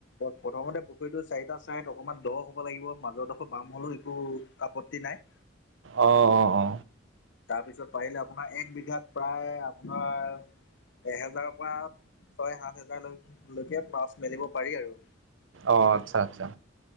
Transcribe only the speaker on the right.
অ অ অ
অ আচ্ছা আচ্ছা